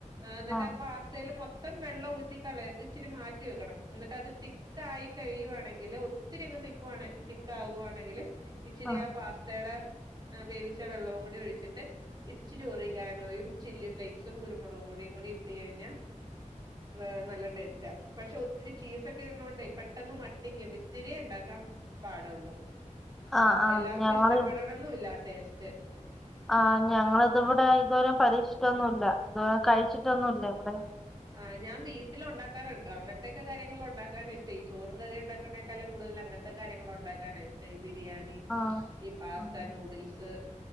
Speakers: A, on the right; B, in the centre.
A: എന്നിട്ട്
B: ആഹ്
A: ആ പാസ് തേല് മൊത്തം വെള്ളം ഊറ്റി കളയര്ത് ഇച്ചിരി മാറ്റി വെക്കണം എന്നിട്ട് അത് തി ക്കായി കഴിയുവാണെങ്കില് ഒത്തിരി അങ്ങ് തിക്കുവാണ തിക്കാവാണെങ്കില് ഇച്ചിരി
B: ആഹ് ആഹ്
A: ആ പാസ്തേടെ വേവിച്ച വെള്ളവും കൂടി ഒഴിച്ചിട്ട് ഇച്ചിരി ഒറിഗാനോയും, ചില്ലി ഫ്ലേക്സും, കുരുമുളക്കോടിയും കൂടി ഇട്ട് കഴിഞ്ഞാ ഏഹ് നല്ല ടേസ്റ്റാ പക്ഷെ ഒത്തിരി ചീസൊക്കെ കോണ്ടേ പെട്ടെന്ന് മട്ടിക്കും ഇത്തിരിയേ ഇണ്ടാക്കാൻ പാടൊള്ളൂ.
B: ആഹ് ആഹ് ആഹ് ആഹ്
A: എല്ലാർക്കും
B: ഞങ്ങള്
A: ഇഷ്ടപ്പെടണന്നുംല്ല ആഹ് ടേസ്റ്റ്.
B: ആഹ് ഞങ്ങള് ഇത് ഇവ്ടെ ഇതുവരെം പരിക്ഷീച്ചിട്ടൊന്നുല്ല ഇതുവരെ കഴിച്ചിട്ടൊന്നുല്ല ഇവിടെ.
A: ആഹ് ഞാൻ വീട്ടില് ഉണ്ടാക്കാറ്ണ്ട് അങ്ങനത്തെക്കെ കാര്യങ്ങള് ഉണ്ടാക്കാന ഇഷ്ട ഈ ചോറും കറി ണ്ടാ ക്ക്ന്നേകാലും കൂടുതൽ അങ്ങൻത്തെ കാര്യങ്ങളു ഉണ്ടാക്കാനാ ഇഷ്ട ഈ ബിരിയാണി
B: ആഹ്
A: ഈ പാസ്ത,
B: ആഹ്
A: നൂഡിൽസ്